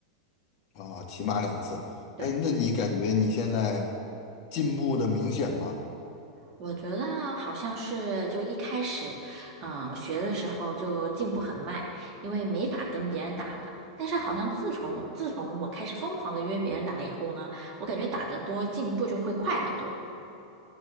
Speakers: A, on the left; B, on the right.
A: 啊、起码两次。
B: 对。
A: 哎，那你感觉你现在进步的明显吗？
B: 我觉得好像是就一开始，嗯，学的时候就进步很慢，因为没法跟别人打嘛。但是好像自从自从我开始疯狂的约别人打以后呢，我感觉打得多，进步就会快很多。